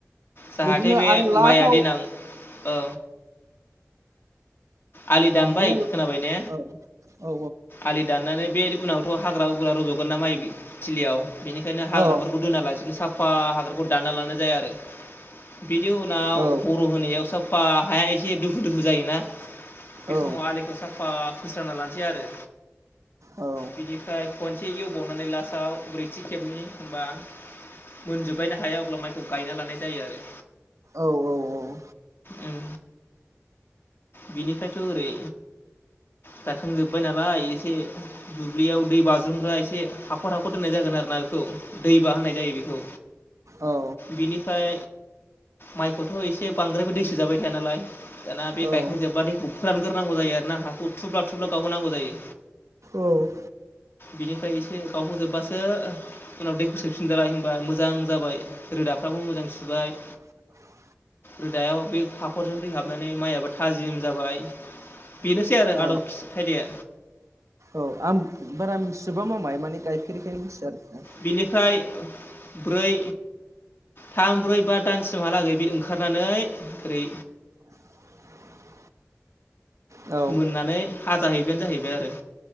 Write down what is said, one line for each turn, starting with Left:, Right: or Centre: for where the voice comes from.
Left: जाहाथे
Right: बिदिनो
Left: बे
Right: आरो लास्टाव
Left: माइआ देनां औ आलि दानबाय
Right: बिदिनो
Left: खोनाबाय ने
Right: औ औ
Left: आलि दाननानै बे उनावथ हाग्रा उग्रा रुबबोगोन ना माइ थिलियाव बेनिखायनो हाग्राफोरखौ
Right: औ
Left: दोना लासिनो साफा हाग्राखौ दाना लानाय जाया आरो बिनि उनाव
Right: औ
Left: बर‌‌ होनायाव साफा हाया एसे दोखो दोखो जायोना बे
Right: औ
Left: समाव आलिखौ साफा फोस्रांना लानोसै आरो
Right: औ
Left: बिनिफ्राय खनसे इसे एउबावनानै लास्टाव ब्रैथि खेबनि होम बा मोनजोबबायनो हाया अब्ला माइखौ गायना लानाय जायो आरो
Right: औ औ औ
Left: उम बिनिफ्रायथ ओरै गायखांजोबबाय नालाय एसे दुब्लियाव दै बाज्रुमग्रा एसे हाखर हाखर दोननाय जागोन आरो ना बेखौ दैबा होनाय जायो बेखौ
Right: औ
Left: बिनिफ्राय माइखौथ एसे बांद्रायबो दैसो जाबाय थाया नालाय दाना बे
Right: औ
Left: गायखांजोबबा
Right: औ
Left: दैखौ फोरानग्रोनांगौ जायो आरो ना हाखौ थुब्ला थुब्ला गावहोनांगौ जायो
Right: औ
Left: बिनिफ्राय एसे गावहजोबबासो उनाव दैखौ सोफिनजालाय होनबा मोजां जाबाय रोदाफ्राबो मोजां सुबाय
Right: <inaudible>
Left: रोदायाव बे हाखरजों दै हाबनानै माइ आबाद थाजिम जाबाय बेनोसै आरो
Right: औ
Left: आदब खि खायदाया
Right: औ आं बारा मिथिसोबा मामाय माने गायफेरखायनो मिथिया आरोखि
Left: बिनिफ्राय ब्रै थाम ब्रै बा दानसिमहालागै बे ओंखारनानै ओरै
Right: <inaudible> औ
Left: मोननानै हाजाहैबायानो जाहैबाय आरो